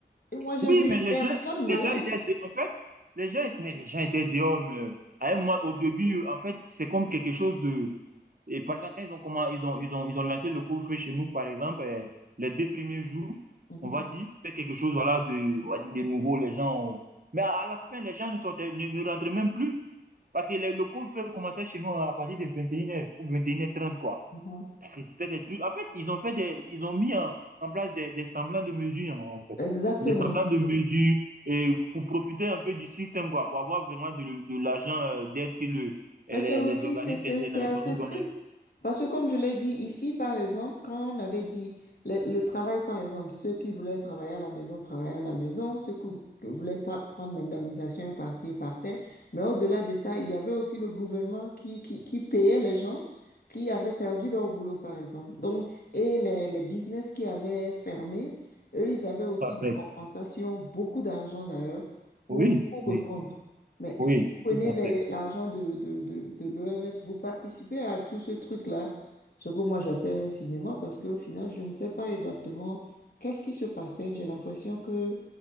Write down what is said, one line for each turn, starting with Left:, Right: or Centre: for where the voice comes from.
Left: Et moi, j'ai
Right: Oui,
Left: vu
Right: mais les
Left: personne
Right: gens,
Left: malade.
Right: les gens étaient. dé- En fait, les gens, étaient- mais les gens étaient dehors. Mais, à un moment- au début, en fait, c'est comme quelque chose Et par exemple, quand ils ont, comment, ils ont, ils ont, ils ont lancé le cours feu chez nous, par exemple, euh, les deux premiers jours,
Left: Mhm,
Right: on va dire, faire quelque chose voilà, de, on va dire, de nouveau, les gens. ont- Mais à, à la fin, les gens ne sortaient, ne, ne rentraient même plus. Parce que le, le cours feu commençait chez nous à partir de 21h ou 21h30, quoi.
Left: mhm.
Right: Parce que c'était des trucs. En fait, ils ont fait des, ils ont mis en, en place des, des semblants de mesures, hein, en fait.
Left: Exactement.
Right: Des semblants de mesures et pour profiter un peu du système, quoi, pour avoir vraiment de, de l'argent euh, d'aide que le, eh,
Left: Mais c'est
Right: les,
Left: aussi,
Right: les organismes
Left: c'est c'est-
Right: internationaux
Left: c'est assez
Right: donnaient.
Left: triste. Parce que comme je l'ai dit ici, par exemple, quand on avait dit le, le travail, par exemple, ceux qui voulaient travailler à la maison, travaillaient à la maison, ceux qui, qui voulaient pas prendre l'indemnisation et partir, partaient. Mais au-delà de ça, il y avait aussi le gouvernement qui, qui, qui payait les gens qui avaient perdu leur boulot, par exemple. Donc, et les, les business qui avaient fermé, eux, ils avaient aussi
Right: Tout à
Left: des
Right: fait.
Left: compensations, beaucoup d'argent d'ailleurs, pour,
Right: Oui,
Left: pour répondre.
Right: oui,
Left: Mais
Right: oui,
Left: si vous prenez
Right: tout à
Left: les-
Right: fait.
Left: l'argent de, de, de, de l'OMS, vous participez à tout ce truc-là, ce que moi j'appelle un cinéma, parce qu'au final, je ne sais pas exactement qu'est-ce qui se passait. J'ai l'impression que